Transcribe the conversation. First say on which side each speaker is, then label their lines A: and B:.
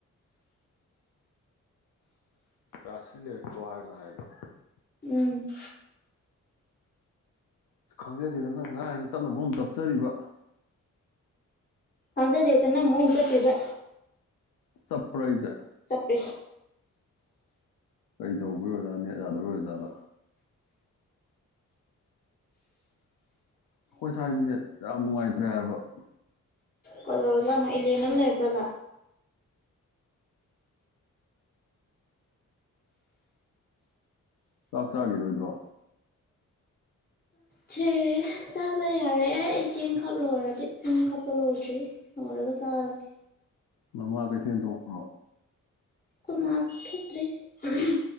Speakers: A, on the left; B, on the left.
A: ꯔꯥꯁꯤꯅꯦꯀ꯭ꯔꯋꯥꯅ ꯍꯥꯏꯗ
B: ꯎꯝ
A: ꯁ ꯈꯪꯖꯗꯦꯗ ꯅꯪ ꯉꯥꯡꯉꯤ ꯇꯞꯅ ꯃꯔꯣꯝ ꯇꯞꯆꯔꯤꯕ
B: ꯈꯪꯖꯗꯦ ꯑꯇ ꯅꯪ ꯃꯣꯝ ꯆꯞꯄꯤꯕ
A: ꯆꯞꯄ꯭ꯔꯥ ꯑꯩꯖꯦ
B: ꯆꯞꯄꯦ
A: ꯀꯩ ꯇꯧꯕ ꯑꯣꯖꯥꯅꯦ ꯌꯥꯗꯕ ꯔ ꯑꯣꯖꯥꯗ ꯑꯩꯈꯣꯏ ꯁ꯭ꯋꯥꯏꯖꯤ ꯅꯦꯠ ꯌꯥꯝ ꯅꯨꯡꯉꯥꯏꯇ꯭ꯔꯦ ꯍꯥꯏꯕ ꯎ
B: ꯀꯗꯧꯔꯖꯅꯣ ꯏꯂꯦ ꯅꯪ ꯂꯩꯔꯖꯥꯜꯂ
A: ꯆꯥꯛ ꯆꯥꯒꯤꯔꯣꯏꯗ꯭ꯔꯣ
B: ꯁꯦ ꯆꯥꯕ ꯌꯥꯔꯦ ꯑꯩ ꯆꯦꯡ ꯈꯞ ꯂꯣꯏꯔꯗꯤ ꯆꯦꯡ ꯈꯞꯄ ꯂꯣꯏꯗ꯭ꯔꯤ ꯂꯣꯏꯔꯒ ꯆꯥꯔꯒꯦ
A: ꯅꯃꯥ ꯀꯩꯊꯦꯜ ꯊꯣꯛꯣꯡꯈ꯭ꯔꯣ
B: ꯈꯣꯏ ꯃꯥꯛ ꯊꯣꯛꯇ꯭ꯔꯤ ꯎꯝꯍꯨꯝ